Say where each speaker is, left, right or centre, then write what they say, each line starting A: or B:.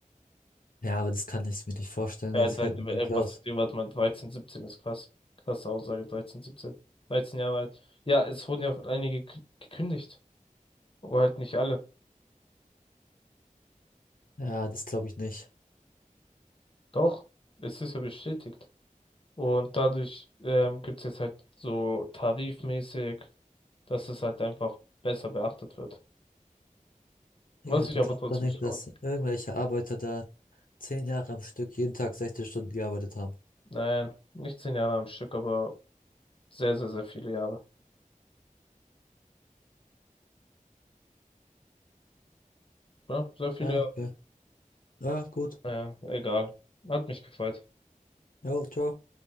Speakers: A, on the left; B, on the left.
A: Ja, aber das kann ich mir nicht vorstellen.
B: Ja,
A: Das
B: drei-
A: hält man
B: irgendwas,
A: nicht aus.
B: warte mal, 13, 17 ist krass. Krasse Aussage, 13, 17. 13 Jahre alt. Ja, es wurden ja einige gek- gekündigt. Aber halt nicht alle.
A: Ja, das glaube ich nicht.
B: Doch, es ist ja bestätigt. Und dadurch ähm, gibt es jetzt halt so tarifmäßig, dass es halt einfach besser beachtet wird. Was
A: Digga,
B: sich
A: du
B: aber
A: glaubst
B: trotzdem
A: doch nicht,
B: nicht lohnt.
A: dass irgendwelche Arbeiter da zehn Jahre am Stück jeden Tag 16 Stunden gearbeitet haben.
B: Nein, nicht 10 Jahre am Stück, aber sehr, sehr, sehr viele Jahre. Ja, sehr viele
A: Ja, okay. Ja, gut.
B: Naja, egal. Hat mich gefreut.
A: Ja, ciao.